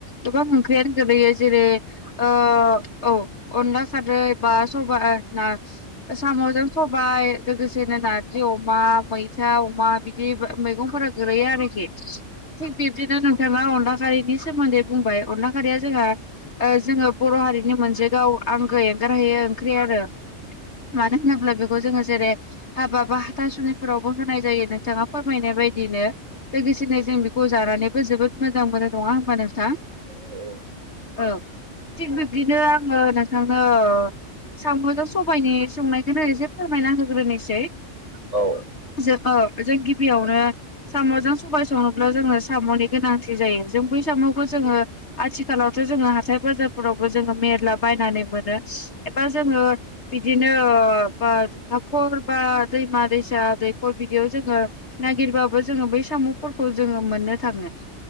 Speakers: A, on the left; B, on the right.
A: गोबां ओंख्रियानो गोग्लैयो जेरै ओ औ अनला साद्रो नै बा सबा ओ ना साम'जों सबाय लोगोसेनो नारजि अमा मैथा अमा बिदि बो मैगंफोरा गोरैयो आरोखि। थिग बिब्दिनो नोंथाङा अनला खारिनि सोमोन्दै बुंबाय अनला खारिया जोंहा ओ जोङो बर' हारिनि मोनसे गाव आंगो एंगारहैयो ओंख्रि आरो
B: औ।
A: मानो होनोब्ला बेखौ जोङो जेरै हाबा-बा हाथासुुलिफोरावबो होनाय जायो नोंथाङा फोरमायनाय बायदि दिनो लोगोसेनो जों बेखौ जानानैबो जोबोद मोजां मोनो नङा होमबा नोंथां?
B: उम औ
A: औ थिग बिब्दिनो आङो नोंथांनो ओ साम'जों स सबाइनि संनायखौनो एसे फोरमायना होग्रोनोसै।
B: जाग्रानि सायाव औ
A: जों औ जों गिबियावनो साम'जों सबाय संङोब्ला जोंङो साम'नि गोनांथि जायो जों बो बै साम'खौ जोङो आथिखालावथ' जोङो हाथाय-बाजारफोरावबो जोङो मेरला बायनानै मोनो। एबा जोङो बिदिनो ओ बा हाखर बा दैमा-दैसा दैखर बिदियाव जोङो नागिरबाबो जोङो बै साम'फोरखौ जोङो मोननो थाङो।